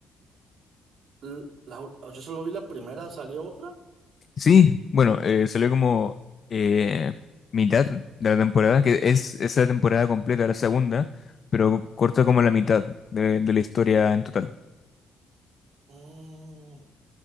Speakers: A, on the right; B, on the left.
A: L- La ul- yo solo vi la primera, ¿salió otra?
B: Sí, bueno, eh, salió como eh, mitad de la temporada, que es esa temporada completa, la segunda, pero corta como la mitad de, de la historia en total.
A: Mm,